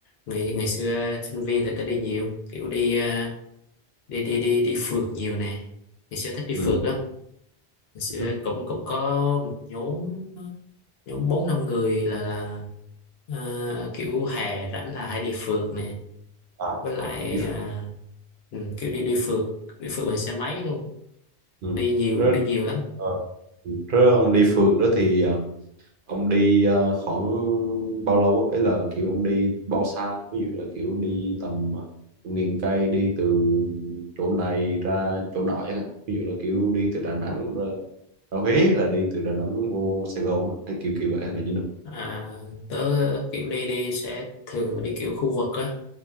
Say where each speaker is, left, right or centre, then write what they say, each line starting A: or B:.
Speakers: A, on the left; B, on the right.
A: ngày ngày xưa sinh viên thì tôi đi nhiều kiểu đi à, đi đi đi đi phượt nhiều nè ngày xưa thích đi
B: ừ.
A: phượt lắm ngày xưa
B: ừ,
A: cũng cũng có một nhóm nhóm bốn năm người là, là à, kiểu hè rảnh là hay đi phượt nè
B: à
A: với lại
B: đi ph-
A: à, ừ, kiểu đi đi phượt đi phượt bằng xe máy luôn
B: ừ.
A: đi nhiều
B: Rồi,
A: đi nhiều lắm
B: ờ, ừ. Rồi ông đi phượt đó thì ờ, ông đi ờ, khoảng bao lâu á ấy là kiểu ông đi bao xa ví dụ là kiểu đi tầm ờ, nghìn cây đi từ chỗ này ra chỗ nọ chẳng hạn. ví dụ là kiểu đi từ Đà Nẵng ra, ra Huế là đi từ Đà Nẵng vô Sài Gòn á, hay kiểu kiểu vậy hay là như nào
A: à, tớ kiểu đi đi sẽ thường đi kiểu khu vực á